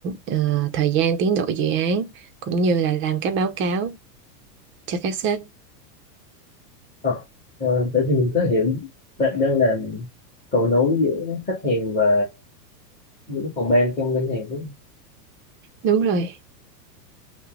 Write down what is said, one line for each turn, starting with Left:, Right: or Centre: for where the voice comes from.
Right: à, thời gian tiến độ dự án cũng như là làm các báo cáo cho các sếp
Left: Ờ, ờ, vậy thì mình có hiểu bạn đang làm cầu nối giữa khách hàng và những phòng ban trong ngân hàng đúng không
Right: đúng rồi